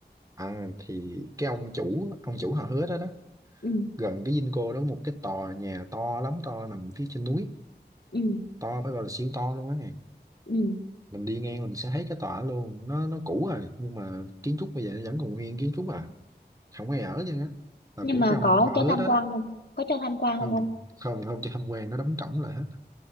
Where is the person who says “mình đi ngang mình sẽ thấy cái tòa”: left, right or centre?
Right